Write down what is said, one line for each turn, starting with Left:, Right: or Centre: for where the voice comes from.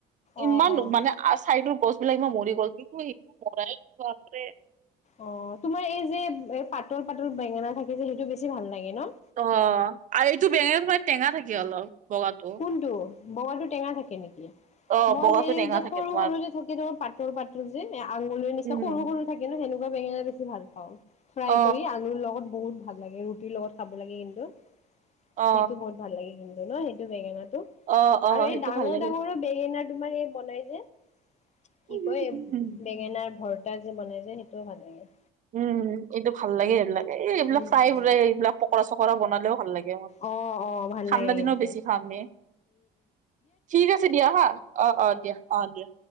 Left: অ',
Right: ইমান
Left: অ',
Right: মানা আৰু চাইডৰ গছবিলাক <unintelligible> মৰি গ'ল কিন্তু সেইটো মৰাই নাই বাপৰে।
Left: অ, তোমাৰ এই যে এ পাতল- পাতল বেঙেনা থাকে যে সেইটো বেছি ভাল লাগে ন?
Right: অ, আৰু এইটো বেঙেনাটো মানে টেঙা থাকে অলপ বগাটো।
Left: কোনটো বগাটো টেঙা থাকে নেক কি
Right: অ
Left: মই
Right: বগাটো
Left: সেই
Right: টেঙা
Left: যে
Right: থাকে
Left: সৰু-
Right: তোমাৰ
Left: সৰু যে থাকি ধৰা পাতৰ- পাতৰ যে আঙুলৰে নিচনা
Right: উম
Left: সৰু- সৰু থাকে ন, সেনেকুৱা বেঙেনা বেছি ভাল পাওঁ ফ্ৰাই
Right: অ
Left: কৰি আলুৰ লগত বহুত ভাল লাগে ৰু ৰুটিৰ লগত খাব লাগে কিন্তু
Right: অ
Left: সেইটো বহুত ভাল লাগে কিন্তু ন, সেইটো বেঙেনাটো।
Right: অ অ
Left: আৰু
Right: সেইটো
Left: এই ডাঙৰ
Right: ভাল লাগে
Left: -ডাঙৰো বেঙেনা তোমাৰ এই বনাই যে। কি
Right: উম
Left: কয় বেঙেনাৰ ভৰ্তা যে বনাই যে সেইটোও ভাল লাগে।
Right: উম- উম এইটো ভাল লাগে সেইবিলাকে এইবিলাক
Left: উম
Right: <unintelligible>
Left: উম।
Right: এইবিলাক পকৰা চকৰা বনালেও ভাল লাগে।
Left: অ অ ভাল
Right: ঠাণ্ডা
Left: লাগে
Right: দিনো
Left: কিন্তু
Right: বেছি খামে। ঠিক আছে দিয়া হা, অ', অ', দিয়া অ, দিয়া।